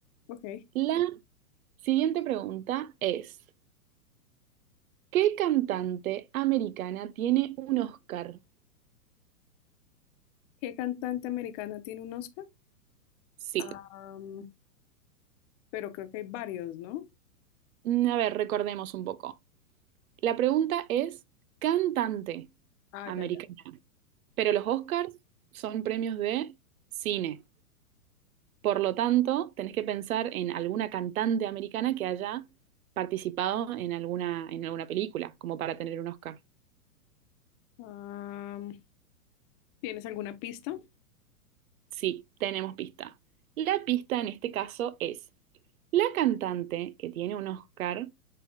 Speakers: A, on the left (about 20°); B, on the right (about 65°).
A: Ok.
B: La siguiente pregunta es, ¿qué cantante americana tiene un Oscar?
A: ¿Qué cantante americana tiene un Oscar?
B: Sí.
A: Am, pero creo que hay varios, ¿no?
B: Mm, A ver, recordemos un poco. La pregunta es, cantante
A: Ah,
B: americana,
A: ya, ya.
B: pero
A: Cre-
B: los Oscars son premios de cine. Por lo tanto, tenés que pensar en alguna cantante americana que haya participado en alguna, en alguna película, como para tener un Oscar.
A: Am, ¿tienes alguna pista?
B: Sí, tenemos pista. La pista en este caso es, la cantante que tiene un Oscar